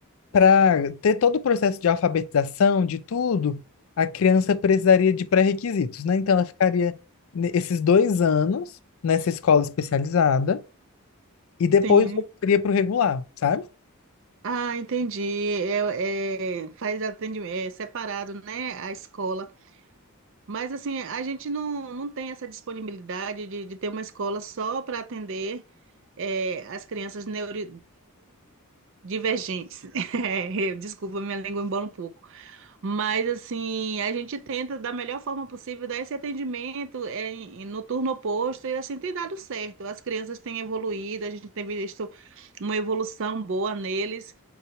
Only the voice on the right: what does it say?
Sim.
Ah, entendi. É, é, faz atendimento, é separado, né, a escola. Mas assim, a gente não, não tem essa disponibilidade de, de ter uma escola só para atender é, as crianças neuro, neurodivergentes. <laughs> É, desculpa, minha língua embola um pouco. Mas assim, a gente tenta da melhor forma possível dar esse atendimento é, em- no turno oposto e assim tem dado certo. As crianças têm evoluído, a gente tem visto uma evolução boa neles.